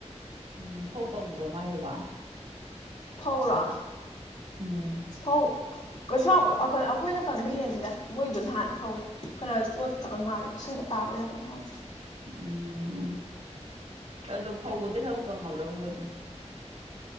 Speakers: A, on the right (about 75°); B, on the left (about 70°).
A: ꯎꯝ ꯐꯧ ꯀꯪꯕ꯭ꯔꯣ ꯃꯥꯏꯗꯨꯕ
B: ꯐꯥꯎꯔꯛ
A: ꯎꯝ
B: ꯍ ꯀꯁꯥ ꯑꯩꯈꯣꯏꯅ ꯀꯪꯕ ꯍꯦꯟꯜꯂꯤꯗ ꯃꯣꯏꯗꯣ ꯅꯍꯥꯟ ꯐꯥꯎ ꯈꯔ ꯆꯣꯠꯈ꯭ꯔ ꯃꯥꯜꯂꯦ ꯁꯤꯡꯗ ꯇꯥꯕꯩꯔꯥ ꯀꯩꯅꯣ ꯉꯧꯗꯦ
A: ꯎꯝ ꯑꯗꯣ ꯐꯧꯕꯗꯤ ꯈꯔꯕꯨ ꯀꯪꯉꯕ꯭ꯔꯕ ꯃꯣꯏꯗꯣ